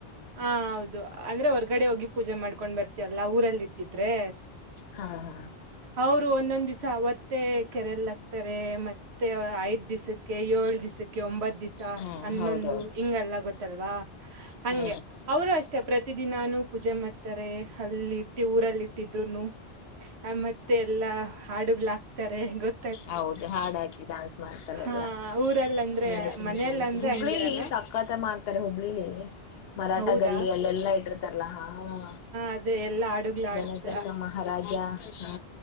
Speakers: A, on the right (about 85°); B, on the left (about 70°).
A: ಹಾ ಹೌದು ಅಂದ್ರೆ ಹೊರ್ಗಡೆ ಹೋಗಿ ಪೂಜೆ ಮಾಡ್ಕೊಂಡ್ ಬರ್ತೀವಲ್ಲಾ ಊರಲ್ಲಿ ಇಟ್ಟಿದ್ರೆ
B: ಹಾ ಹಾ
A: ಅವರು ಒಂದೊಂದ್ ದಿವ್ಸ ಅವತ್ತೇ ಕೆರಲ್ ಹಾಕ್ತಾರೆ ಮತ್ತೆ ಐದ್ ದಿವಸಕ್ಕೆ ಏಳ್ ದಿವಸಕ್ಕೆ ಒಂಬತ್ ದಿವ್ಸ
B: ಹಾ
A: ಹನ್ನೊಂದು
B: ಹೌದೌದು
A: ಹಿಂಗಲ್ಲ ಗೊತ್ತಲ್ವಾ ಹಂಗೆ
B: ಹಾ
A: ಅವರು ಅಷ್ಟ ಇಷ್ಟ ಪ್ರತಿದಿನಾನು ಪೂಜೆ ಮಾಡ್ತಾರೆ ಅಲ್ಲಿ ಇಟ್ಟ ಊರಲ್ಲಿ ಇಟ್ಟಿದ್ರುನು <inaudible> ಮತ್ತ ಮತ್ತೆ ಎಲ್ಲಾ ಹಾಡುಗಳಾಗ್ತಾರೆ ಗೊತ್ತ
B: ಹೌದು ಹಾಡ್ ಹಾಕಿ ಡಾನ್ಸ ಮಾಡ್ತಾರೆ
A: ಹಾ
B: ಎಲ್ಲಾ
A: ಊರಲ್ಲ ಅಂದ್ರೆ
B: ಗಣೇಶನ
A: ಮನೆಯಲ್ಲ
B: ಕೂರಿಸಿ
A: ಅಂದ್ರೆ
B: ಹುಬ್ಬಳಿಲಿ
A: ಹಂಗಿರಲ್ಲ
B: ಸಾಕ ಪಕ್ಕತ ಮಾಡ್ತಾರೆ ಹುಬ್ಬಳ್ಳಿಲಿ ಮರಾಠ
A: ಹೌದಾ
B: ಗಲ್ಲಿ ಅಲ್ಲೆಲ್ಲಾ ಇಟ್ಟಿರ್ತಾರಲ್ಲ ಹಾ ಹಾ
A: ಅದೇ ಎಲ್ಲಾ ಹಾಡುಗ್ಲ್ ಆಡ್ತ
B: ಗಣೇಶನಾ <unintelligible> ಮಹಾರಾಜ ಹಾ